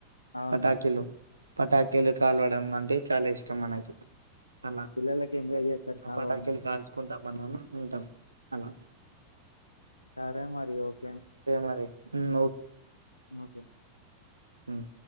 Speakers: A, on the left; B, on the right.
A: అవును
B: పటాసులు పటాకిలు కాలవడం అంటే చాలా ఇష్టం మనకి అలా
A: పిల్లలకి ఎంజాయ్ చేస్తారు
B: ఆ
A: కలవడం
B: పటాకిలి కాల్చ్ దా మనం ముందాం అన్నా
A: సరే మరి ఓకే
B: మరి ఉమ్,
A: మ్ ఓక్
B: హ్మ్